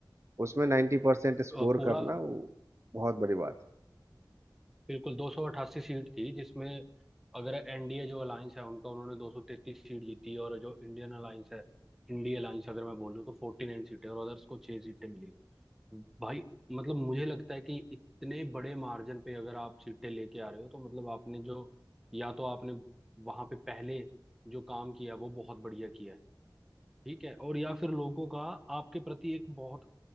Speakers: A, on the right; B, in the centre.
A: उसमें नाइन्टी परसेंट स्कोर
B: अ, पूरा
A: करना वो बहुत बड़ी बात है।
B: बिल्कुल दो सौ अठासी सीट थी जिसमें अगर एनडीए जो अलायंस है उनका उन्होंने दो सौ तैतीस सीट जीती और जो इंडियन अलायंस है इंडिया अलायंस अगर मैं बोलूँ तो फोर्टी नाइन सीटें और अदर्स को छह सीटें मिली भाई मतलब मुझे लगता है कि इतने बड़े मार्जिन पे अगर आप सीटें लेके आ रहे हो तो मतलब आपने जो या तो आपने वहां पे पहले जो काम किया वो बहुत बढ़िया किया है ठीक है और या फिर लोगों का आपके प्रति एक बहुत